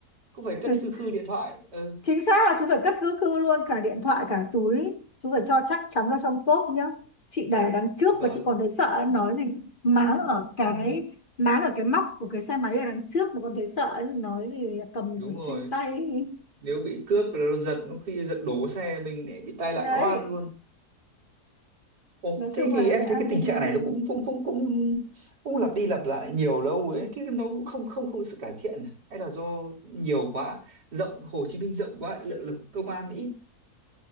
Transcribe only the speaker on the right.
Cũng phải cất
khư khư điện thoại. Ừ,
vâng.
Ừ,
đúng
rồi.
nếu bị cướp rồi nó giật nó khi giật đổ xe mình để bị tai
nạn nó ăn luôn Ồ,
thế
thì
em
thấy cái
tình trạng
này nó cũng cũng cũng cũng cũng lặp đi lặp lại nhiều lâu ấy thế nó cũng không không không có sự cải thiện hay là do nhiều quá rộng Hồ Chí Minh rộng quá lượng lực công an ít